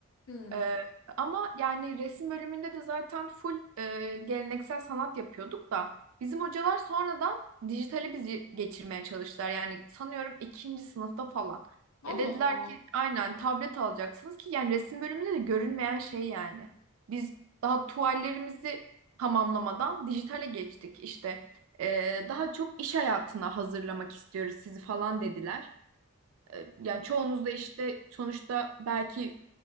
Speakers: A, on the left; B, on the right.
A: Hmm.
B: Ee, ama yani resim bölümünde de zaten full e, geleneksel sanat yapıyorduk da bizim hocalar sonradan dijitali bizi geçirmeye çalıştılar. Yani sanıyorum ikinci sınıfta falan.
A: Allah
B: Ya dediler
A: Allah.
B: ki aynen tablet alacaksınız ki yani resim bölümünde de görünmeyen şey yani. Biz daha tuvallerimizi tamamlamadan dijitale geçtik işte. Ee, daha çok iş hayatına hazırlamak istiyoruz sizi falan dediler. E, Yani çoğunuz da işte sonuçta belki